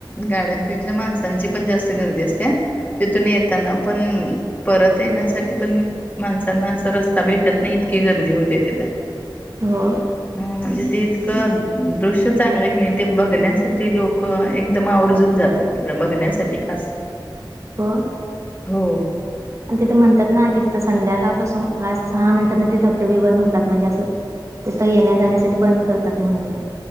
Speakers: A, on the left; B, on the right.
A: गाड्यांपेक्षा माणसांची पण जास्त गर्दी असते तिथून येताना पण परत येण्यासाठी पण माणसांना असं रस्ता भेटत नाही इतकी गर्दी होते तिथ.
B: हो.
A: ह म्हणजे ते इतकं दृश्य चांगलं क नाही. ते बघण्यासाठी लोक एकदम आवर्जून जातात तिकड बघण्यासाठी खास
B: हो
A: हो.
B: आणि तिथं म्हणतात ना कि तिथं संध्याकाळपासून पा सहा नंतर ते धबधेबी बंद होतात म्हणजे असं तिथं येण्या जाण्यासाठी बंद करतात म्हण ते